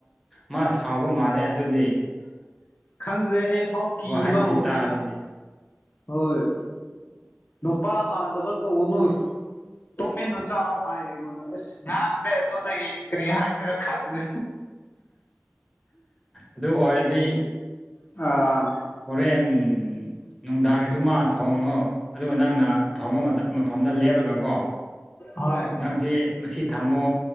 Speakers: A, in the centre; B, on the left.
A: ꯃꯥ ꯁꯥꯎꯕ ꯃꯥꯜꯂꯦ ꯑꯗꯨꯗꯤ
B: ꯈꯪꯗꯦ ꯑꯩ ꯐꯥꯎ ꯀꯤꯕ
A: ꯋꯥꯍꯩꯁꯦ
B: ꯍꯧꯔꯦꯕ
A: ꯇꯥꯔꯗꯤ
B: ꯍꯣꯏ ꯅꯨꯄꯥꯃꯥꯟꯗꯕ ꯇꯧꯅꯨ ꯇꯨꯃꯤꯟꯅꯨ ꯆꯥꯎ ꯍꯥꯏꯌ ꯏꯉꯣꯟꯗꯨ ꯑꯁ ꯉꯥꯡꯗ꯭ꯔꯦ ꯑꯗꯨꯗꯒꯤ ꯀꯔꯤ ꯍꯥꯏꯁꯤꯔꯥ ꯈꯪꯗ꯭ꯔꯦ
A: ꯑꯗꯨ ꯑꯣꯏꯔꯗꯤ
B: ꯑ <unintelligible> <inaudible>
A: ꯄꯦꯟ ꯅꯨꯡꯗꯥꯡꯒꯤꯁꯨ ꯃꯥ ꯊꯣꯡꯉꯣ ꯑꯗꯨꯒ ꯅꯪꯅ ꯊꯣꯡꯕ ꯃꯐꯝꯗ ꯂꯦꯞꯂꯒꯀꯣ
B: ꯍꯣꯏ
A: ꯅꯪꯁꯦ ꯃꯁꯤ ꯊꯝꯃꯣ